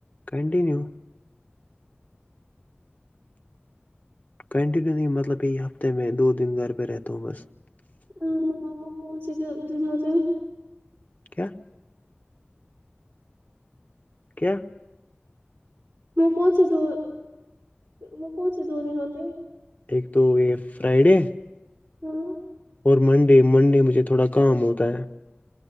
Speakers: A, on the left; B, on the right.
A: کنٹیینو کنٹینیو نہیں مطلب یہ ہفتے میں دو دن گھر پہ رہتا ہوں بس
B: ہ وہ کوہنچ دنوں سے <unintelligible>
A: کیا <unintelligible> کیا
B: وہ کون سے دو وہ کون سے دو دن ہوتے
A: ایک تو یہ فرائیڈے
B: ہاں
A: منڈے منڈے مجھے تھوڑا کام ہوتا ہے